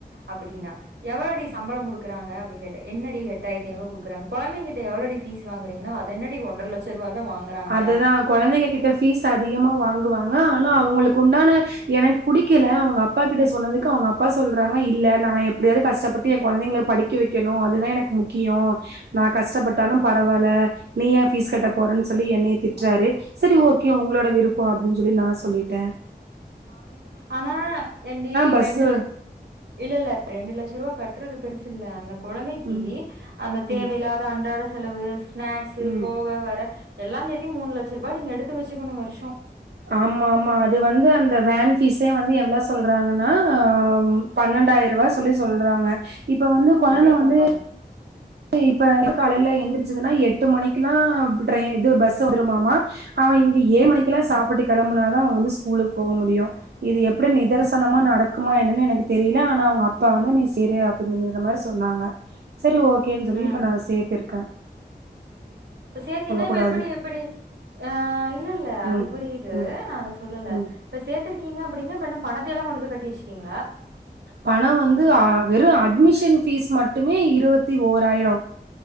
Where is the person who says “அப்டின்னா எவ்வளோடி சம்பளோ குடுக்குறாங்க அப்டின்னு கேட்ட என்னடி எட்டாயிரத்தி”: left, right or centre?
Right